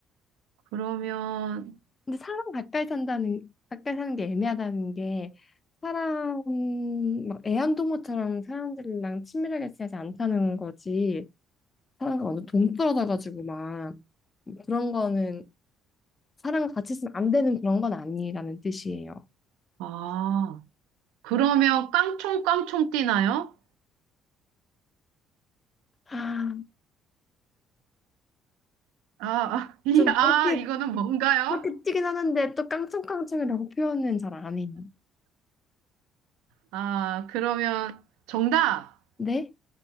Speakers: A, on the right; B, on the left.
A: 그러면,
B: 근데 사람 가까이 산다는, 가까이 사는 게 애매하다는 게, 사람, 막 애완동물처럼 사람들이랑 친밀하게 지내지 않다는 거지, 사람과 완전 동떨어져가지고 막, 그런 거는, 사람과 같이 있으면 안 되는 그런 건 아니라는 뜻이에요.
A: 아, 그러면 깡총깡총 뛰나요?
B: 아,
A: 아, 아, 이,
B: 좀
A: 아,
B: 그렇게,
A: 이거는 뭔가요?
B: 그렇게 튀긴 하는데, 또 깡총깡총이라고 표현은 잘 안 해요.
A: 아, 그러면 정답!
B: 네?